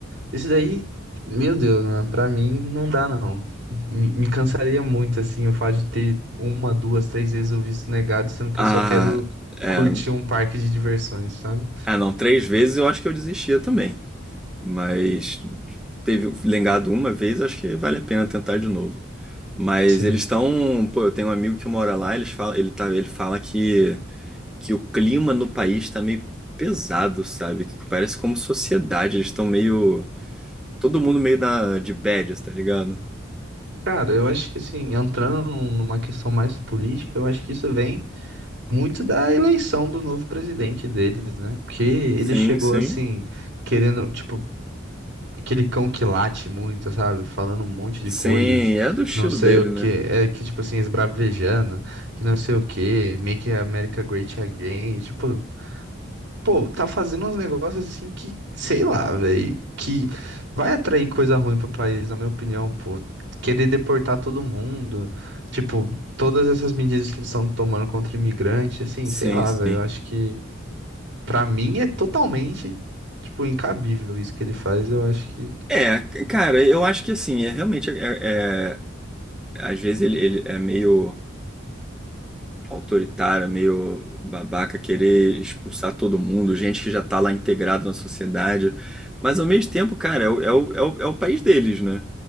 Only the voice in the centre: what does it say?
Ah,
é,
ah, não, três vezes eu acho que eu desistia também. Mas teve lengado uma vez, acho que vale a pena tentar de novo. Mas
eles estão, pô, eu tenho um amigo que mora lá, eles fala ele tá, ele fala que que o clima no país tá meio pesado, sabe? Que parece como sociedade, eles estão meio todo mundo meio na de badges, tá ligado?
Sim,
sim.
Sim,
é do estilo
dele,
né?
Sim,
sim.
É, cara, eu acho que assim, é realmente é, é- às vezes ele, ele é meio autoritária, meio babaca, querer expulsar todo mundo, gente que já tá lá integrada na sociedade. Mas ao mesmo tempo, cara, é o, é o, é o, é o país deles, né?